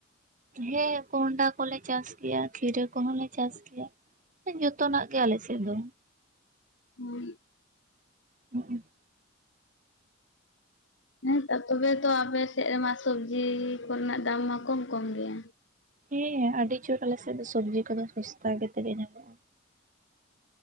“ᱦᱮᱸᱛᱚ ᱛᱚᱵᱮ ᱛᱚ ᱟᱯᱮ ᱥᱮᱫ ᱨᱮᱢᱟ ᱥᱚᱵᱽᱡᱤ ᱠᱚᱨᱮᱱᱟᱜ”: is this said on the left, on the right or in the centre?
Left